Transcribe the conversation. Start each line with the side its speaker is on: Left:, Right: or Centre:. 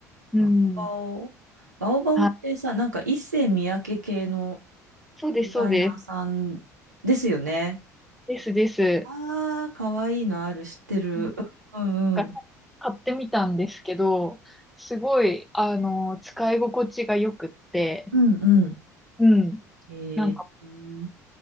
Centre: うん。
Right: バオバオ。バオバオってさ、
Centre: あ、
Right: なんか一世三宅系の
Centre: そうです、
Right: デザイナーさんですよね。
Centre: そうです。ですです。
Right: ああ、かわいいのある、知ってる。
Centre: なん
Right: うんうんうん。
Centre: か買ってみたんですけど、すごい、あの、使い心地が良くって、
Right: うんう
Centre: うん。
Right: ん。えー、
Centre: なんか、
Right: うん